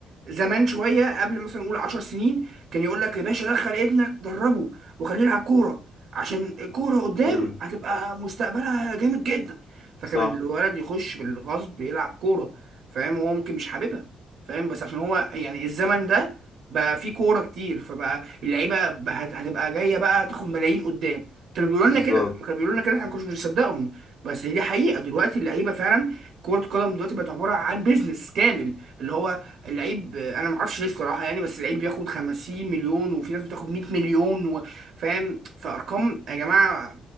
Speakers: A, on the right (about 65°); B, on the left (about 60°).
A: زمان شويه قبل مثلا نقول 10 سنين كان يقول لك يا باشا دخل ابنك دربه وخليه يلعب كوره عشان الكوره قدام
B: امم
A: هتبقى مستقبلها جامد جدا فكان
B: صح
A: الولد يخش بالغصب يلعب كوره فاهم هو ممكن مش حاببها فاهم بس عشان هو يعني الزمن ده بقى فيه كوره كتير فبقى اللعيبه بقى هت- هتبقى جايه بقى تاخد ملايين قدام كانوا بيقولوا لنا
B: بالظبط
A: كده كانوا بيقولوا لنا كده احنا ما كناش بنصدقهم بس دي حقيقه دلوقتي اللعيبه فعلا كرة القدم دلوقتي بقت عبارة عن بيزنس كامل اللي هو اللعيب انا ما اعرفش ليه الصراحه يعني بس اللعيب بياخد 50 مليون وفي ناس بتاخد 100 مليون و- فاهم فارقام يا جماعه